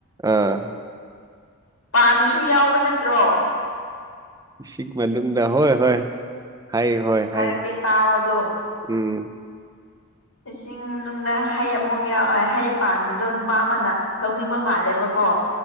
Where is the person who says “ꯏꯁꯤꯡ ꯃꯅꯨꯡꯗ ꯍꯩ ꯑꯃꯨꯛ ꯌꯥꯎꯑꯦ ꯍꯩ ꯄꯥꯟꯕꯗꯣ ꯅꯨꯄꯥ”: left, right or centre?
Left